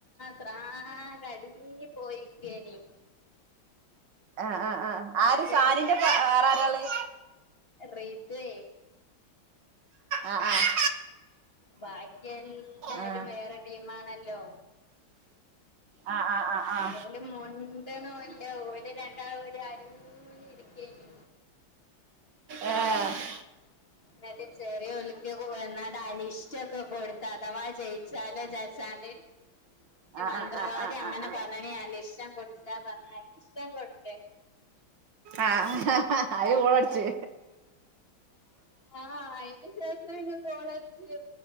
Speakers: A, on the left; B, on the right.
A: ത്രാ കടി പോയിക്കേനീ
B: ആഹ് ആഹ് ആഹ്
A: ബാക്കി
B: ആര് സാനിന്റെ പ വേറെ ആരാളെ-
A: റീത്തെ
B: ആഹ് ആഹ്
A: ബാക്കിയെല്ലാരും
B: ആ ആ
A: വേറെ ടീമാണല്ലോ
B: ആഹ് ആഹ് ആഹ് ആ്ഹ്
A: ഓല് മുണ്ടണൂല്ല ഓല് രണ്ടാളും ഒരു അരുല് ഇരിക്കയാണ്
B: ആഹ്
A: ന്നിട്ട് ചെറിയ ഒലുക്കൊക്കെ <unintelligible> അരിഷ്ടൊക്കെ കൊടുത്ത് അഥവാ ജയി ച്ചാലാ ചാച്ചാണ്ട് ഈ
B: ആ
A: മന്ത്രവാദി
B: ആ ആ ആ
A: അങ്ങനെ
B: ആ ആ
A: പറഞ്ഞാണി അരിഷ്ടം കൊടുത്താ പറഞ്ഞരിഷ്ടം കൊടുത്തേ
B: ആഹ് അയില് ഗോളടിച്ച്
A: ആഹ് അയിന് ശേഷാണ് ഗോളടിച്ച്